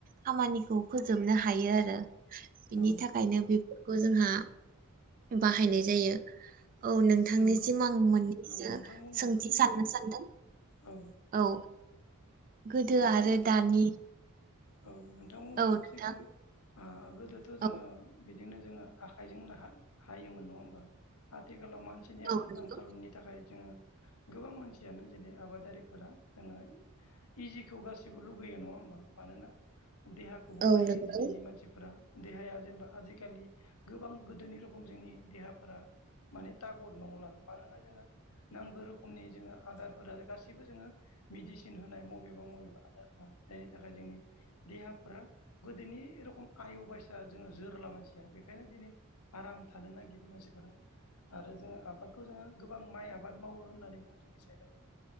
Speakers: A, on the right (about 40°); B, on the left (about 80°).
A: खामानिखौ फोजोबनो हायो आरो बिनि
B: औ
A: थाखायनो बेफोरखौ जोंहा बाहायनाय जायो औ नोंथांनिसिम
B: नंगौ
A: आं मोननैसो
B: औ नोंथांमोननियाबो
A: सोंथि
B: सैथो
A: सोंनो सानदों?
B: औ
A: औ गोदो
B: नंगौ
A: आरो
B: नों
A: दानि
B: औ नोंथांमोननियाबो
A: औ नोंथां
B: सैथो ओ गोदोथ'
A: औ
B: जोङो बिदिनो जोङो आखाइजोंनो हा हायोमोन नङा होमबा। आथिखालाव मानसिनि
A: औ
B: आं
A: नंगौ
B: आंखालनि नि थाखाय जोङो गोबां मानसियानो दिनै आबादारिफोरा जोङो इजिखौ गासैबो लुगैयो नङा होमबा मानोना देहाखौबो
A: औ
B: नायो
A: नंगौ
B: दिनैनि मानसिफोरा देहाया जेनेबा आजिखालि गोबां गोदोनि रखम जोंनि देहाफोरा माने टागद नंला मानोना जोङो नांगौ रोखमनि जोङो आदार गासैबो जोङो मेदिसिन होनाय म बबेबा बबेबा आदारफ्रा जायनि थाखाय जोंनि देहाफोरा गोदोनि रखम आय बायसा जोङो जोरला मानसिया बेखायनो दिनै आराम थानो नागिरो मानसिफोरा आरो जोङो आबादखौ जोङो गोबां माइ आबाद मावो होननानै बुङो जोंनि साइडआवहाय